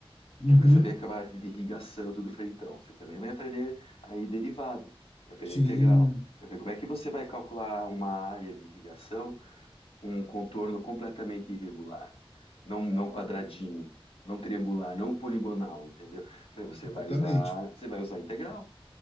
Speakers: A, on the left; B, on the left.
A: Uhum,
B: para saber a parte de irrigação, tudo. Eu falei, então, você também vai aprender aí derivada, vai aprender
A: sim,
B: integral. Eu falei, como é que você vai calcular uma área de irrigação com um contorno completamente irregular, não, não quadradinho, não triangular, não poligonal, entendeu? Eu falei, você
A: exatamente.
B: vai usar, você vai usar integral.